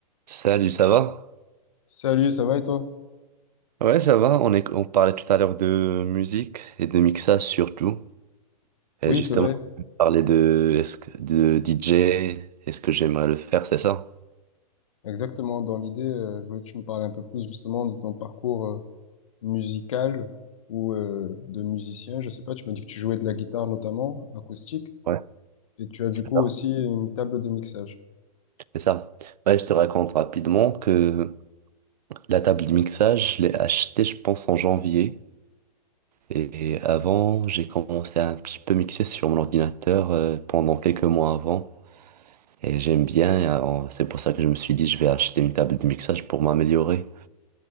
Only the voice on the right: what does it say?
Salut, ça va?
Ouais, ça va. On est, on parlait tout à l'heure de musique et de mixage surtout. Et
justement,
on parlait de, est-ce que- de DJ, est-ce que j'aimerais le faire, c'est ça?
Ouais,
c'est
ça.
C'est ça. Ouais, je te raconte rapidement que la table de mixage, je l'ai achetée, je pense, en janvier. Et, et avant, j'ai commencé à un petit peu mixer sur mon ordinateur euh, pendant quelques mois avant. Et j'aime bien, et, euh, c'est pour ça que je me suis dit, je vais acheter une table de mixage pour m'améliorer.